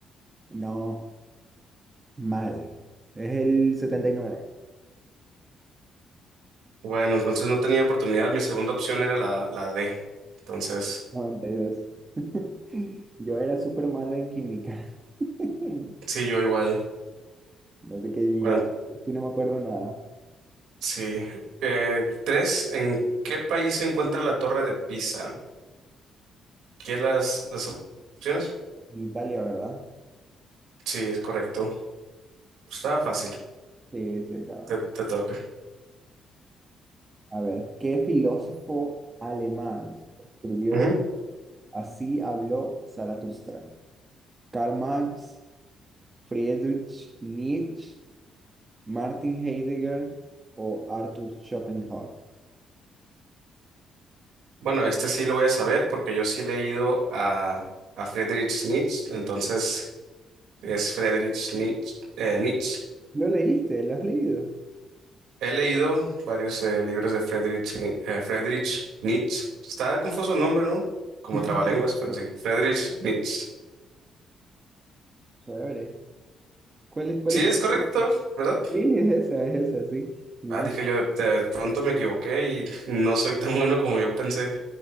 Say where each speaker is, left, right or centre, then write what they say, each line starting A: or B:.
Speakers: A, on the right; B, on the right.
A: No, mal. Es el setenta y nueve,
B: Bueno, entonces no tenía oportunidad. Mi segunda opción era la, la D. Entonces,
A: noventa y dos. <laughs> Yo era súper malo en química. <laughs>
B: sí, yo igual.
A: No sé qué
B: Bueno,
A: yo, sí no me acuerdo nada.
B: Sí. Eh, tres, ¿en qué país se encuentra la Torre de Pisa? ¿Qué las, las op- opciones?
A: En Italia, ¿verdad?
B: Sí, es correcto. Estaba fácil.
A: Sí, sí, estaba
B: Te,
A: fácil.
B: te toca.
A: A ver, ¿qué filósofo alemán escribió
B: Ujú.
A: Así habló Zaratustra? Karl Marx, Friedrich Nietzsche, Martin Heidegger o Arthur Schopenhauer.
B: Bueno, este sí lo voy a saber porque yo sí he leído a, a Friedrich Nietzsche, entonces es Friedrich Nietzsche. eh, Nietzsche.
A: ¿Lo leíste? ¿Lo has leído?
B: He leído varios eh, libros de Friedrich, Ni- eh, Friedrich Nietzsche. Está confuso el nombre, ¿no? Como
A: <laughs>
B: trabalenguas, pero sí. Friedrich Nietzsche.
A: Chévere. ¿Cuál es, cuál
B: Sí,
A: es
B: es correcto,
A: tu-
B: ¿verdad?
A: Sí, es esa, es esa, sí. Bien.
B: Ah, dije yo, de, de pronto me equivoqué y no soy tan bueno como yo pensé.